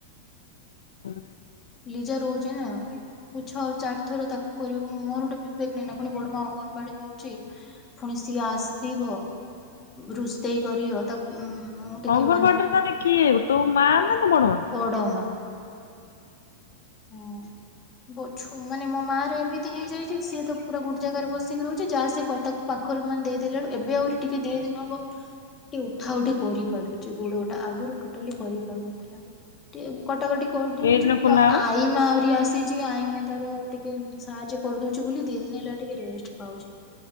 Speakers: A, on the left; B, on the left.
A: <inaudible>
B: ଲିଜା ରହୁଛି ନା। ପୋଛା ହବ ଚାରି ଥର ତାକୁ କରିବୁ ମୋର ଗୋଟେ ବିବେକ ନାଇନା ପୁଣି ବଡମା ଅଙ୍ଗନବାଡି ଯାଉଛି ପୁଣି ସିଏ ଆସିଥିବ ରୋଷେଇ କରିବ ତାକୁ ମୁଁ ଟିକେ
A: ଅଙ୍ଗନବାଡିରେ
B: ମାନେ
A: ତାହେନେ କିଏ ତୋ ମା ନା ତୋ ବଡମା?
B: ବଡ ମା ହଁ ବହୁତ ଛୁ ମାନେ ମୋ ମା ଏମିତି ହେଇଯାଇଛି ସିଏ ତ ପୁରା ଗୋଟେ ଜାଗାରେ ବସିକି ରହୁଛି। ଯାହା ଖଟ ପାଖରୁ ଟିକେ ଦେଇଦେଲା ରୁ ଏବେ ଆହୁରି ଟିକେ ଦି ଦିନ ହବ ଟିକେ ଉଠା ଉଠି କରି ପାରୁଚି ଗୋଡଟା ଆଗରୁ ଟୋଟାଲି କରିପାରୁନଥିଲା ଟିକେ କଟାକଟି କରିଦଉଛି
A: ଏଇ ଦିନ ଖୋଲା
B: ମୁଁ
A: ହବ
B: ମା ଆହୁରି ଆସିଛି ଆଇ ମା ତାର ଟିକେ ସାହାଯ୍ୟ କରିଦଉଛି ବୋଲି ଦି ଦିନ ହେଲା ଟିକେ ରେଷ୍ଟ ପାଉଛି।